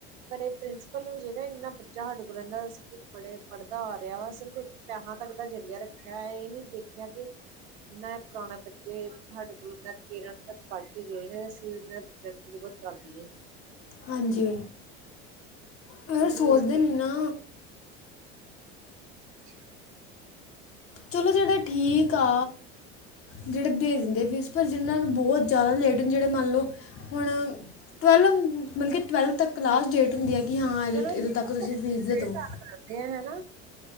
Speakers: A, on the right; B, on the left.
A: ਪਰ, ਇਹ ਪ੍ਰਿੰਸੀਪਲ ਨੂੰ ਵੀ ਚਾਹੀਦਾਂ, ਇੰਨਾ ਬੱਚਾ ਹਾਡੇ ਕੋ ਦਾ ਸ ਕੁਛ ਪੜ ਪੜ੍ਹਦਾ ਆ ਰਿਹਾ ਵਾ, ਸਿਰਫ ਇੱਕ ਪਿਆਹਾ ਤੱਕ ਦਾ ਜ਼ਰੀਆ ਰੱਖਿਆ ਹੋਇਆ, ਇਹ ਨੀ ਦੇਖਿਆਂ ਕਿ ਇਨਾ ਪੁਰਾਣੇ ਬੱਚੇ ਹਾਡੇ ਕੋਲ ਇਹਨਾਂ ਦੇ ਪੇਰੈਂਟ ਤੱਕ ਪੜ੍ਹ ਕੇ ਗਏ ਨੇ, ਤੇ ਅਸੀਂ ਇਹਨਾਂ ਦੇ ਪਟ ਬਹੁਤ ਕਰਦੀਏ
B: ਹਾਂਜੀ ਇਹ
A: ਉਹ ਵੀ
B: ਸੋਚਦੇ
A: ਇਸ ਚੀਜ਼
B: ਨੀ ਨਾ।
A: ਅੱਛਾ
B: ਚਲੋਂ, ਜਿਹੜਾ ਠੀਕ ਆ ਜਿਹੜੇ ਦੇ ਦਿੰਦੇ ਫੀਸ, ਪਰ ਜਿਹਨ੍ਹਾਂ ਬਹੁਤ ਜ਼ਿਆਦਾ ਲੇਟ, ਜਿਹੜੇ ਮੰਨ ਲਓ ਹੁਣ ਟਵੈਲਵ, ਮਤਲਬ ਕਿ ਟਵੈਲਵ ਤੱਕ ਲਾਸਟ ਡੇਟ ਹੁੰਦੀ ਆ, ਕਿ ਹਾਂ ਇਹ
A: ਚਲੋ
B: ਇਦੋਂ
A: ਦੀਦੀ
B: ਤੱਕ ਤੁਸੀਂ ਫੀਸ
A: ਫਿਰ
B: ਦੇ ਦਿਉ।
A: ਗੱਲ ਕਰਦੇ ਆ ਹਨਾ